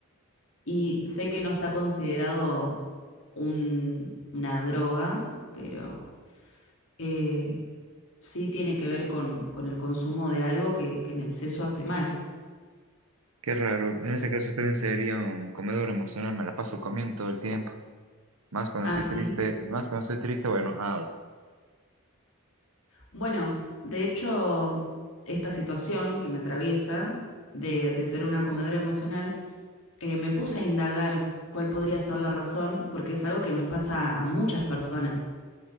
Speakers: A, on the left; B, on the right.
A: y sé que no está considerado un- una droga, pero eh, sí tiene que ver con, con el consumo de algo que, que en exceso hace mal.
B: qué raro. En ese caso yo también sería un comedor emocional. Me la paso comiendo todo el tiempo. Más cuando
A: Ah,
B: estoy
A: sí.
B: triste, más cuando estoy triste o enojado.
A: Bueno, de hecho, esta situación que me atraviesa de, de ser una comedora emocional, eh, me puse a indagar cuál podría ser la razón, porque es algo que nos pasa a muchas personas.